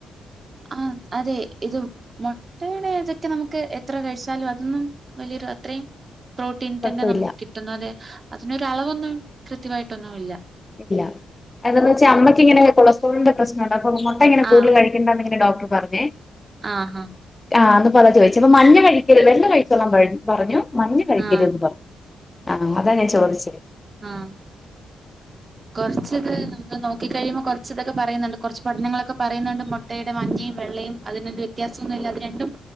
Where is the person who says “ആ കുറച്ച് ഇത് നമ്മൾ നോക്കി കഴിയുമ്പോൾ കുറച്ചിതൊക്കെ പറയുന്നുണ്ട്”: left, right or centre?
Right